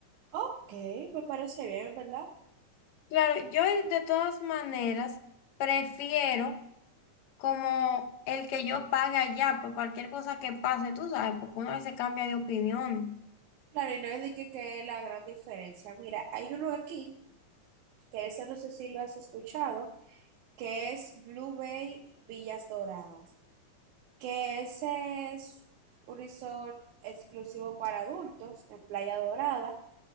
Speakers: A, on the right; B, on the left.
A: Ok, me parece bien, ¿verdad?
B: Claro, yo de todas maneras prefiero como el que yo pague allá por cualquier cosa que pase, tú sabes, porque uno a veces cambia de opiniones.
A: Claro, y no es de que, que la gran diferencia. Mira, hay uno aquí, que eso no sé si lo has escuchado, que es Blue Bay Villas Doradas, que ese es un resort exclusivo para adultos en Playa Dorada